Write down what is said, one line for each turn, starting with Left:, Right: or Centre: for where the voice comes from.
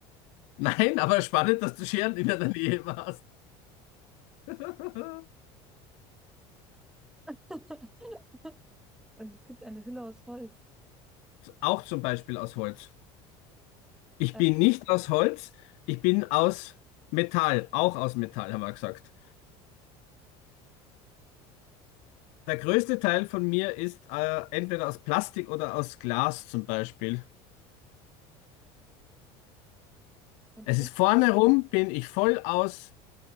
Left: Nein, aber spannend, dass du Scheren in deiner Nähe warst. <laughs>
Centre: <laughs> Und es gibt eine Hülle aus Holz.
Left: Auch zum Beispiel aus Holz. Ich
Centre: Äh,
Left: bin nicht aus Holz, ich bin aus Metall, auch aus Metall, haben wir gesagt. Der größte Teil von mir ist äh, entweder aus Plastik oder aus Glas zum Beispiel.
Centre: und
Left: Es
Centre: immer,
Left: ist vorne rum, bin ich voll aus,